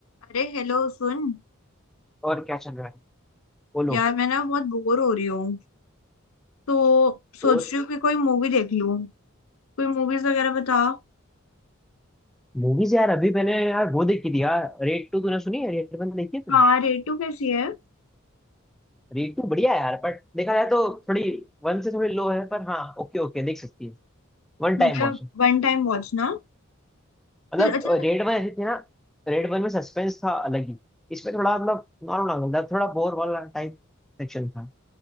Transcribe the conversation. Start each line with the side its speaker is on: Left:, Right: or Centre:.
Left: अरे हेलो सुन
Centre: और क्या चल रहा है बोलो
Left: यार मैं ना बहुत बोर हो रही हूँ तो सोच
Centre: और
Left: रही हूँ कि कोई मूवी देख लूँ कोई मूवीज वगैरह बता
Centre: मूवीज यार अभी मैंने यार वो देखी थी यार रेड टू तूने सुनी है रेड वन देखी है तूने
Left: हाँ रेटू कैसी है
Centre: रेड टू बढ़िया है यार बट देखा जाए तो थोड़ी वन से थोड़ी लो है पर हाँ ओके ओके देख सकती है वन टाइम
Left: मतलब
Centre: वॉच है।
Left: वन टाइम वॉच ना
Centre: मतलब
Left: तो अच्छा
Centre: रेड वन ऐसी थी ना रेड वन में सस्पेंस था अलग ही इसमें थोड़ा मतलब नॉर्मल नॉर्मल था थोड़ा बोर वाला टाइप सेक्शन था